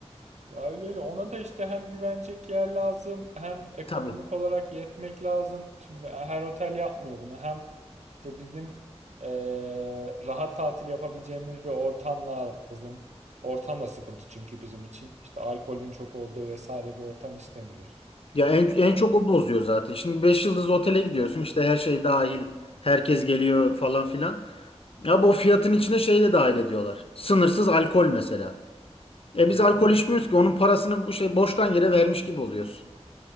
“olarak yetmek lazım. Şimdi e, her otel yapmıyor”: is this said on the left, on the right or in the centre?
Right